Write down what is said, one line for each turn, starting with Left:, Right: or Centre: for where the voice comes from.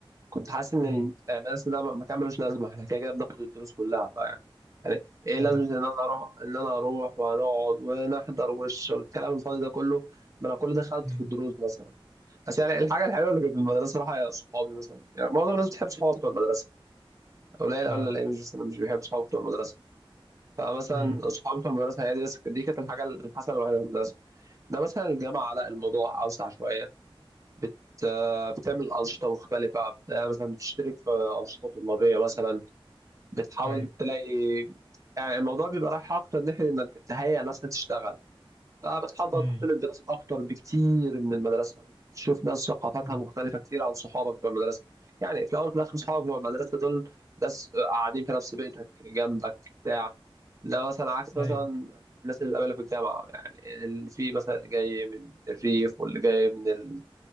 Right: كنت حاسس ان
Left: امم
Right: المدرسه ده مكان ملوش لازمه احنا كده كده بناخد الدروس كلها فيعني يعني يعني ايه
Left: ايوه
Right: لازمه ان انا اروح ان انا اروح وهنقعد ونحضر والش- والكلام الفاضي ده كله ما انا كل ده خدته
Left: امم
Right: في الدروس مثلا بس يعني الحاجه الحلوه اللي كانت في المدرسه صراحه هي صحابي مثلا يعني معظم الناس بتحب صحابها بتوع المدرسه قليل
Left: اه
Right: قوي اللي الاقي مش مثلا مش بيحب صحابه بتوع المدرسه فمثلا
Left: امم
Right: صحابي بتوع المدرسه هي دي بس دي كانت الحاجه الحسنه الوحيده في المدرسه ده مثلا الجامعه لا الموضوع اوسع شويه بت... بتعمل أنشطة مختلفة بت- مثلا بتشترك في أنشطة طلابية مثلا بتحاول
Left: ايوه
Right: تلاقي يعني الموضوع بيبقى رايح أكتر ناحية إنك تهيئ ناس تشتغل فبتحاول بقى
Left: امم
Right: تحط له الدراسة أكتر بكتير من المدرسة بتشوف ناس ثقافاتها
Left: أمم.
Right: مختلفة كتير عن صحابك بتوع المدرسة يعني في الأول وفي الآخر صحابك بتوع المدرسة دول ناس قاعدين في نفس بيتك جنبك بتاع لا مثلا عكس مثلا
Left: ايوه
Right: الناس اللي بتقابلها في الجامعة يعني اللي في مثلا اللي جاي من الريف واللي جاي من